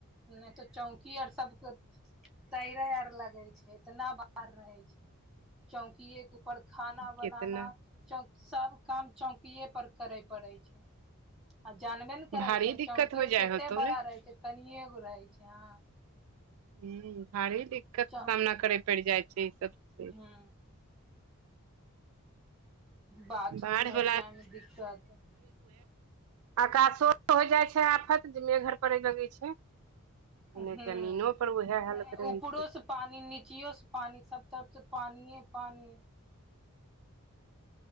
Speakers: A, in the centre; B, on the right.
A: नहि तऽ चौंकी आओर सब तैरे आर लगे छै इतना बाहर रहे छै चौकिये क पर खाना बनाना
B: कितना
A: चौ सब काम चौकीय पर करे पड़ै छै आ जानबे ने करैत
B: भारी
A: छै
B: दिक्कत
A: चौकियो
B: हो जाइ
A: कते
B: होतौ ने
A: बड़ा रहैत छै तनिएगो रहैत छै ह
B: हू भारी दिक्कतके
A: च
B: सामना करय पड़ि जाइ छै ई सब से
A: ह बाथरूम
B: बाढ़ वला
A: आर जाय मे दिक्कत
B: आकाशो हो जाइ छै आफत जे मेघर पड़े लगै छै एने
A: ह
B: जमीनो पर उएह हालत रहै
A: उपरोसँ
B: छै
A: पानि नीचियोसँ पानि सब तरफसँ पानिे पानि